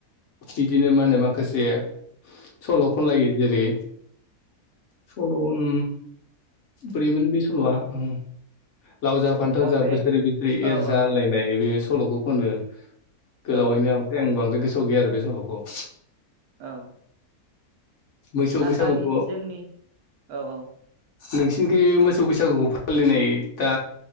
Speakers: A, on the left; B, on the right.
A: बिदिनो मा होनो माखासे सल' खनलायो जेरै सल' उम बोरैमोन बे सल'आ ओ लाव जा फान्थाव
B: अ
A: जा
B: बे
A: बोसोरै बोसोरै
B: औ
A: एरजा
B: औ
A: होनलायनाय बेबाय सल'खौ खनो।
B: औ
A: गोलावैनो ओमफ्राय आं बांद्राय गोस सोलाव गैया आरो बे सल'खौ।
B: औ
A: मोसौ
B: नाथाय
A: बैसागुखौ
B: जोंनि औ औ
A: नोंसिनिखै मोसौव बैसागुखौ फालिनाय दा